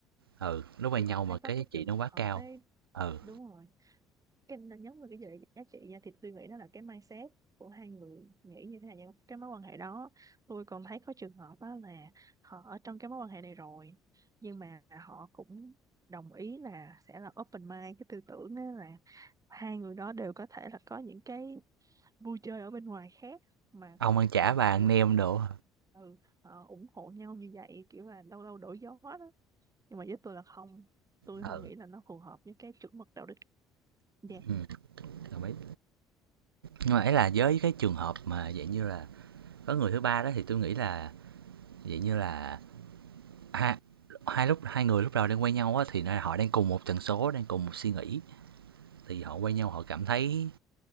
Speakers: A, on the right; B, on the right.
A: ừ lúc quay
B: tôi
A: nhau
B: còn thấy
A: mà
B: có
A: cái
B: cái
A: giá trị
B: trường
A: nó quá
B: hợp
A: cao
B: ấy
A: ừ
B: đúng rồi cái nó nhấn vào cái gì giá trị nha thì tôi nghĩ đó là cái mindset của hai người nghĩ như thế nào trong cái mối quan hệ đó tôi còn thấy có trường hợp đó là họ ở trong cái mối quan hệ này rồi nhưng mà họ cũng đồng ý là sẽ là open mind cái tư tưởng đó là hai người đó đều có thể là có những cái vui chơi ở bên ngoài khác mà
A: ông
B: không
A: ăn chả
B: mà
A: bà ăn
B: kiểu là
A: nem đồ
B: ừ, ờ, ủng hộ nhau như vậy kiểu là lâu lâu đổi gió đó nhưng mà với tôi là không tôi
A: ừ
B: không nghĩ là nó phù hợp với cái chuẩn mực đạo đức Dạ.
A: ừ đồng ý nhưng mà ấy là với cái trường hợp mà dạng như là có người thứ ba đó thì tôi nghĩ là dạng như là hai, hai lúc hai người lúc đầu đang quen nhau á thì họ đang cùng một tần số đang cùng một suy nghĩ thì họ quen nhau họ cảm thấy